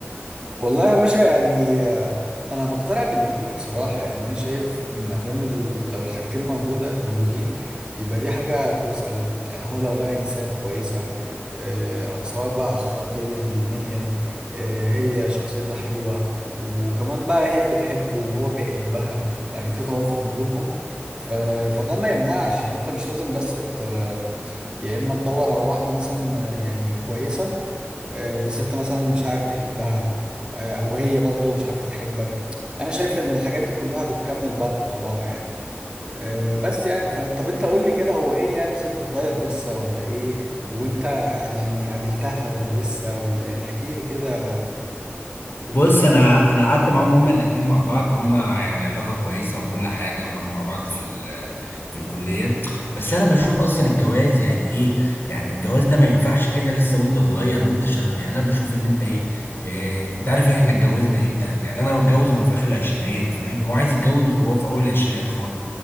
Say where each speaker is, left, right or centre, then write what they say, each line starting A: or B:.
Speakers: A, on the right (about 20°); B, on the left (about 55°).
A: والله يا باشا يعني آه، انا بقتنع بالاتنين بصراحه يعني انا شايف ان ادام ال- لو الحاجتين موجوده موجودين يبقى دي حاجه كويسه قوي يعني هو لو لقى انسانه كويسه آه، سواء بقى اخلاقيا دينيا آه، هي شخصيتها حلوه وكمان بقى هي بتحبه وهو بيحبها يعني في توافق ما بينهم ف... فده ما يمنعش يعني انت مش لازم بس ت... يا اما تدور على واحده مثلا آه، يعني كويسه آه، بس انت مثلا مش عارف تحبها آه، او هي برضو مش عارفة تحبك انا شايف ان الحاجات دي كلها بتكمل بعض بصراحة يعني آه، بس يعني ف... طب انت قول لي كده هو ايه يعني سنه صغير لسه ولا ايه وانت يعني قابلتها ولا لسه ولا يعني احكي لي كده قول
B: بص
A: لي
B: انا انا قعدت معاهم هما الاتنين مع بعض هما يعني علاقه كويسه وكل حاجه وكانوا مع بعض في ال في الكليه بس انا بشوف اصلا الجواز يعني ايه يعني الجواز ده ما ينفعش كده لسه وانت صغير وانت شاب يعني انا بشوف ان انت ايه, إيه انت عارف احنا اتجوزنا امتى يعني انا متجوز وانا في اخر العشرينات فاهم هو عايز يتجوز وهو في اول العشرينات خالص